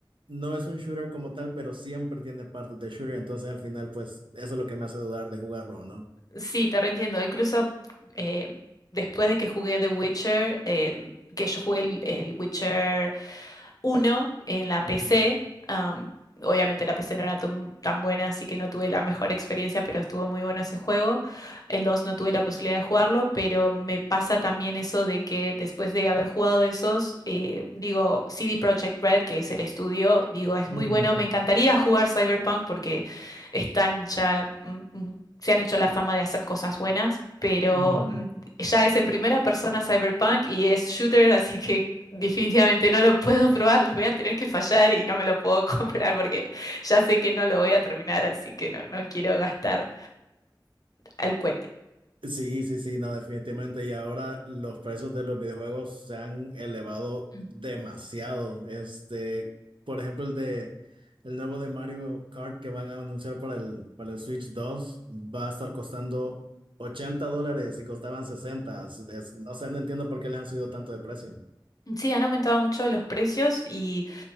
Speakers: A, on the right; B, on the left.
A: No es un shooter como tal, pero siempre tiene partes de shooter, entonces al final pues eso es lo que me hace dudar de jugarlo o no.
B: Sí, te reentiendo. Incluso eh, después de que jugué The Witcher, eh, que yo jugué el, el Witcher uno en la PC.
A: Ujú,
B: am, obviamente la PC no era tan tan buena, así que no tuve la mejor experiencia, pero estuvo muy bueno ese juego. El 2 no tuve la posibilidad de jugarlo, pero me pasa también eso de que después de haber jugado esos, eh, digo, CD Projekt Red, que es el estudio, digo, es muy
A: ujú,
B: bueno, me encantaría jugar Cyberpunk porque están ya... mm, mm, Se han hecho la fama de hacer cosas buenas, pero
A: ujú.
B: mm, ya es en primera persona Cyberpunk y es shooter, así que definitivamente no lo puedo <laughs> probar, les voy a tener que fallar y no me lo puedo <laughs> comprar porque ya sé que no lo voy a terminar, así que no, no quiero gastar al cohete.
A: Sí, sí, sí, no, definitivamente. Y ahora los precios de los videojuegos se han elevado
B: Mm.
A: demasiado. Este, por ejemplo, el de el nuevo de Mario Kart que van a anunciar para el, para el Switch dos, va a estar costando 80 dólares y costaban 60. Es- es- no sé, no entiendo por qué les han subido tanto de precio.
B: Sí, han aumentado mucho los precios y